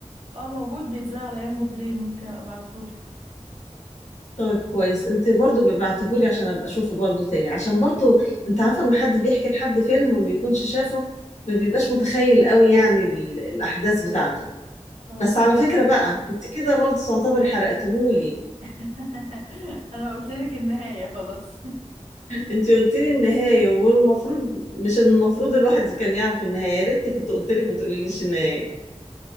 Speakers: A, on the right; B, on the left.
A: اه موجود بيتذاع على ينجو بلاي ممكن ابقى ابعتهولك
B: طيب كويس انت برضو ببعتهولي عشان ابقى اشوفه برضو تاني عشان برضو انت عارفه لما حد بيحكي لحد فيلم وما بيكونش شافه ما بيبقاش متخيل قوي يعني ال- الاحداث بتاعته
A: اه
B: بس على
A: فعلا
B: فكره بقى انت كده برضو تعتبري حرقتهولي
A: <laughs> انا قلت لك النهايه خلاص <laughs>
B: انت قلت لي النهايه والمفروض مش المفروض الواحد كان يعرف النهايه يا ريتني كنت قلت لك ما تقوليليش النهايه